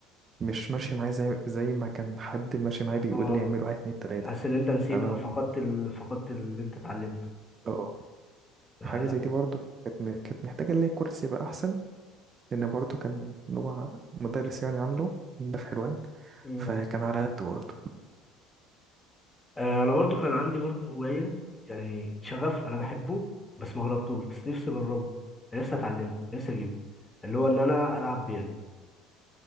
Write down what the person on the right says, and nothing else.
مش ماشي معايا زي زي ما كان حد ماشي معايا بيقول
لي اعمل واحد اتنين تلاتة
أنا
اه
حاجة
زي دي برضه كانت م- كانت محتاجة اللي هي الكرسي يبقى أحسن لأن برضه كان هو مدرس يعني عامله ده في حلوان
فكان على قد برضه